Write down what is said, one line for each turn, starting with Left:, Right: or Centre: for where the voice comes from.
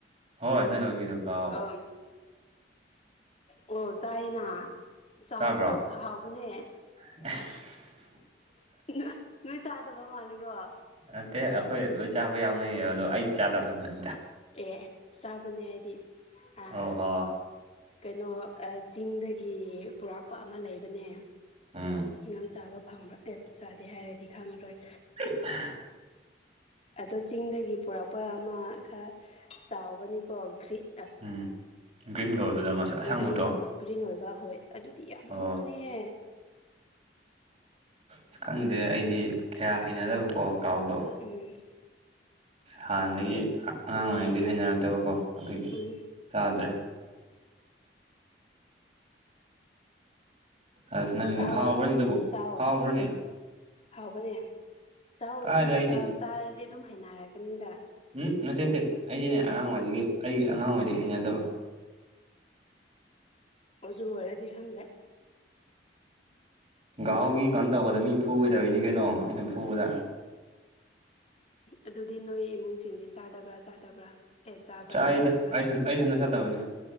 Right: ꯍꯣꯏ ꯅꯣꯏ ꯂꯣꯟꯒꯤꯗꯣ ꯒꯥꯎ
Left: ꯑꯥꯝ ꯑꯣ ꯆꯥꯌꯦꯅ ꯆꯥꯎꯕꯗꯣ
Right: ꯆꯥꯕ꯭ꯔꯣ
Left: ꯐꯥ ꯍꯥꯎꯕꯅꯦ
Right: ꯑꯁ
Left: ꯅꯣꯏ ꯅꯣꯏ ꯆꯥꯗꯕ ꯃꯥꯂꯦꯒꯣ
Right: ꯅꯠꯇꯦ ꯑꯩꯈꯣꯏ ꯂꯣꯏ ꯆꯥꯕ ꯌꯥꯎꯅꯩꯌꯦꯕ ꯑꯗꯣ ꯑꯩꯗꯤ ꯆꯥꯗꯕ ꯑꯗꯨ
Left: ꯑꯦ ꯆꯥꯕꯅꯦ ꯍꯥꯏꯗꯤ ꯑꯥ
Right: ꯑꯣ ꯍꯣ
Left: ꯀꯩꯅꯣ ꯑꯥꯠ ꯆꯤꯡꯗꯒꯤ ꯄꯨꯔꯛꯄ ꯑꯃ ꯂꯩꯕꯅꯦ
Right: ꯎꯝ
Left: ꯅꯪ ꯆꯥꯕ ꯐꯪꯕ꯭ꯔꯥ ꯑꯦꯞ ꯆꯥꯗꯦ ꯍꯥꯏꯔꯗꯤ ꯈꯪꯉꯔꯣꯏ
Right: <unintelligible>
Left: ꯑꯗꯣ ꯆꯤꯡꯗꯒꯤ ꯄꯨꯔꯛꯄ ꯑꯃ ꯈꯔ ꯆꯥꯎꯒꯅꯤꯀꯣ ꯒ꯭ꯔꯤꯠ
Right: ꯎꯝ ꯒꯔꯤꯟꯒ ꯑꯣꯏꯕꯗꯣ ꯉꯁꯥꯏ ꯑꯁꯪꯕꯗꯣ
Left: ꯒ꯭ꯔꯤꯟ ꯒ꯭ꯔꯤꯟ ꯑꯣꯏꯕ ꯍꯣꯏ ꯑꯗꯨ ꯇꯤ ꯌꯥꯝ
Right: ꯑꯣ
Left: ꯍꯥꯎꯕꯅꯤꯍꯦ
Right: ꯑꯁ ꯈꯪꯗꯦ ꯑꯩꯗꯤ ꯀꯌꯥ ꯍꯩꯅꯗꯕꯀꯣ ꯒꯥꯎꯗꯣ
Left: ꯎꯝ
Right: ꯍꯥꯟꯅꯗꯒꯤ ꯑꯉꯥꯡ ꯑꯣꯏꯔꯤꯉꯩꯗꯤ ꯍꯩꯅꯔꯛꯇꯕꯀꯣ ꯑꯗꯨꯒꯤ
Left: ꯎꯝ
Right: ꯌꯥꯥꯗ꯭ꯔꯦ ꯑꯁ ꯅꯪ
Left: ꯆꯥꯎꯋꯣ
Right: ꯍꯥꯎꯕ꯭ꯔꯅꯦ ꯑꯗꯨꯕꯨ
Left: ꯆꯥꯎꯋꯣ
Right: ꯍꯥꯎꯕ꯭ꯔꯅꯦ
Left: ꯍꯥꯎꯕꯅꯦ ꯆꯥꯛꯑꯣ
Right: ꯀꯥꯏꯗ
Left: ꯅꯣꯏꯁꯨ
Right: ꯑꯩ
Left: ꯆꯥꯛꯑꯣ
Right: ꯍꯩ
Left: ꯆꯥꯔꯗꯤ ꯑꯗꯨꯝ ꯍꯩꯅꯔꯛꯀꯅꯤꯗ
Right: ꯎꯝ ꯅꯠꯇꯦ ꯅꯇꯩ ꯑꯩꯗꯤꯅꯦ ꯑꯉꯥꯡꯉꯩꯗꯒꯤ ꯑꯩꯒꯤ ꯑꯉꯥꯡꯉꯩꯗꯒꯤ ꯍꯩꯅꯗꯕ
Left: ꯑꯣꯖꯨ ꯑꯣꯏꯔꯗꯤ ꯈꯪꯗꯦ
Right: ꯒꯥꯎꯒꯤ ꯀꯩꯅꯣ ꯇꯧꯕꯗ ꯃꯤ ꯐꯨꯒꯗꯧꯔꯤꯅꯤ ꯀꯩꯅꯣ ꯑꯩꯅ ꯐꯨꯕꯗ
Left: ꯑꯗꯨꯗꯤ ꯅꯣꯏ ꯏꯃꯨꯡꯁꯤꯡꯗꯤ ꯆꯥꯗꯕ꯭ꯔꯥ ꯆꯥꯗꯕ꯭ꯔꯥ ꯑꯦ ꯆꯥꯕ꯭ꯔꯥ
Right: ꯆꯥꯏꯗ
Left: ꯆꯥꯗꯕ꯭ꯔꯥ
Right: ꯑꯩ ꯑꯩ ꯊꯟꯗ ꯆꯠꯇꯕꯅꯦ